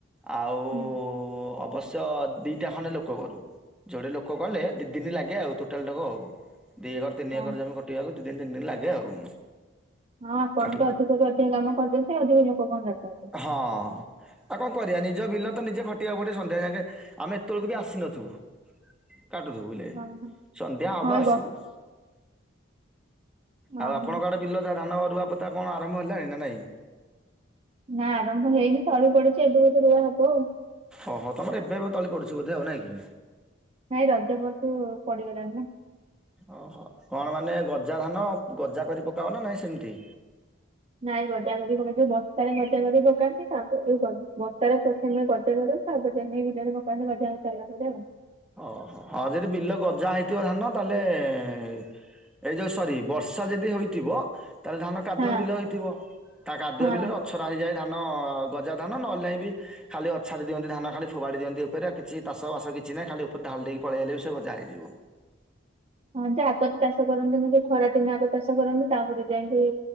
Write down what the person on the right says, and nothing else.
ହୁଁ
ଅହ
ହଁ ଆପଣ
ତ
ଅଧିକରୁୁ ଅଧିକ କାମ କରିଦିଅନ୍ତି ଅଧିକ ଲୋକ କଣ ଦରକାରେ
ଅହ ହଁ
ହଁ ଏଇ
ବର୍
ଅହ
ନା ଆରମ୍ଭ ହେଇନି ତୋଳି ପଡୁଛି ଏବେ ବିଧେ ରୁଆ ହବ ଆଉ
ନାଇଁ ରଜ ପରଠୁ ପଡିଗଲାଣି ନା
ନାଇଁ ଗଜା କରି ପ ଯୋଉ ବସ୍ତାରେ ଗଜା କରି ପକାନ୍ତି ତାପରେ ବସ୍ତାରେ ପ୍ରଥମ ଗଜା କରୁ ତା ବ ନେଇ ବିଲରେ ପୋକାନ୍ତି <unintelligible>
ହଁ
ହଁ।
ହଁ ଯେ ଏପଟେ ଚାଷ କରନ୍ତି ଯେ ଖରାଦିନେ ଆଗ ଚାଷ କରନ୍ତି ତାପରେ ଯାଇକି